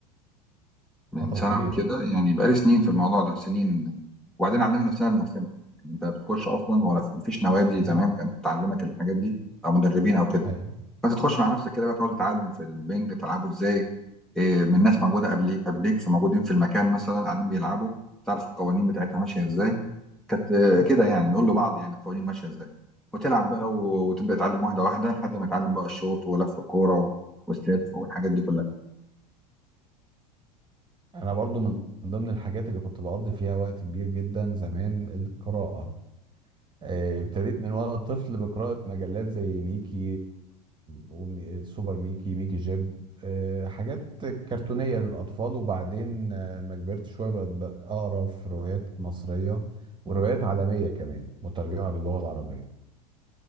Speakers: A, in the centre; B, on the right (about 20°).
A: من
B: فترة
A: ثانوي
B: طويلة
A: كده يعني بقالي سنين في الموضوع ده سنين وبعدين علمنا نفسنا بنفسنا انت بتخش اصلا ولا في- مفيش نوادي
B: حقيقي
A: زمان كانت بتعلمك الحاجات دي او مدربين او كده
B: أيوة
A: فانت تخش مع نفسك كده بقى تقعد تتعلم في البنج تلعبه ازاي إيه من ناس موجوده قبليك قبليك فموجودين في المكان مثلا قاعدين بيلعبوا تعرف القوانين بتاعتها ماشيه ازاي كانت آه، كده يعني نقول لبعض يعني القوانين ماشيه ازاي وتلعب بقى و- وتبدا تتعلم واحده واحده لحد ما تتعلم بقى الشوط ولف الكوره و- والسيرف والحاجات دي كلها
B: أنا برضو من ضمن الحاجات اللي كنت بقضي فيها وقت كبير جدا زمان القراءة آه، ابتديت من وانا طفل بقراءة مجلات زي ميكي ومي- سوبر ميكي ميكي جيب آه، حاجات كرتونية للأطفال وبعدين آه، ما كبرت شوية بقت بق- أقرأ في روايات مصرية وروايات عالمية كمان مترجمة باللغة العربية